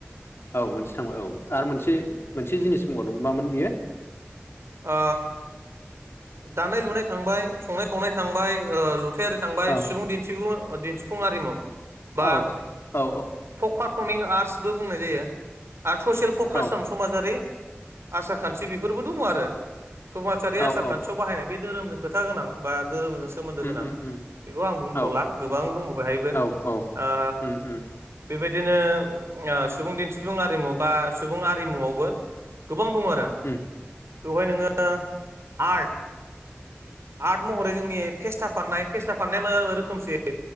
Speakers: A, on the left; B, on the right.
A: औ मोनसे थांबाय औ आरो मोनसे मोनसे जिनिस बुंगावदोंमोन मामोन बियो
B: ओ दानाय लुनाय थांबाय संनाय खावनाय थांबाय ओ लुथेर थांबाय
A: औ
B: सुबुं दिन्थिफु दिन्थिफुं आरिमु
A: औ
B: बा
A: औ
B: ओ पारफर्मिं आर्टसबो बुंनाय जायो आरो ससियेल फकास
A: औ
B: सम समाजारि आसार खान्थि बेफोरबो दङ आरो समाजारि
A: औ
B: आसार
A: औ
B: खान्थियाव बाहायनाय बे धोरोमजों खोथा गोनां बा धोरोमजों सोमोन्दो
A: उम
B: गोनां
A: उम उम
B: बेखौ आं बुंथ'ला
A: औ
B: गोबां दङ बेहायबो
A: औ औ
B: ओ
A: उम उम
B: बेबायदिनो सुबुं दिन्थिफुं आरिमु बा सुबुं आरिमुआवबो गोबां दं आरो।
A: उम
B: बेवहाय नोङो आर्ट आर्ट महरै जोंनि फेस्ता फाननाय फेस्ताननाया मो रोखोमसे